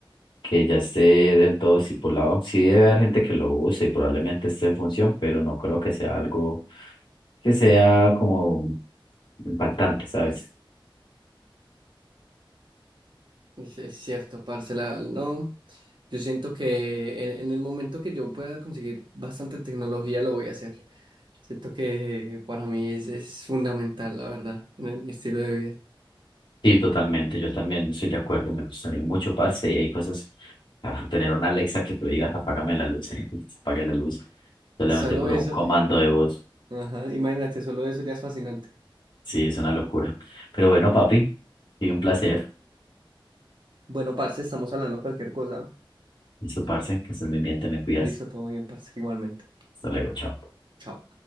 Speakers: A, on the left; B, on the right.
A: que ya esté del todo estipulado. Sí debe haber gente que lo use y probablemente esté en función, pero no creo que sea algo que sea como impactante, ¿sabes?
B: Es, es cierto, parce, la- no. Yo siento que en, en el momento que yo pueda conseguir bastante tecnología, lo voy a hacer. Siento que para mí es, es fundamental, la verdad, en el- mi estilo de vida.
A: Sí, totalmente, yo también estoy de acuerdo, me gustaría mucho, parce, y hay cosas, ah, tener una Alexa que tú digas, apágame la luz, eh, <laughs> apague la luz, solamente
B: Solo
A: por
B: eso,
A: un comando
B: im-
A: de voz,
B: ajá, imagínate, solo eso ya es fascinante.
A: sí, es una locura. Pero bueno, papi, sí, un placer.
B: Bueno, parce, estamos hablando cualquier cosa.
A: Listo, parce, que estés muy bien, te me cuidas.
B: Listo, todo bien, parce, igualmente.
A: Hasta luego, chao.
B: Chao.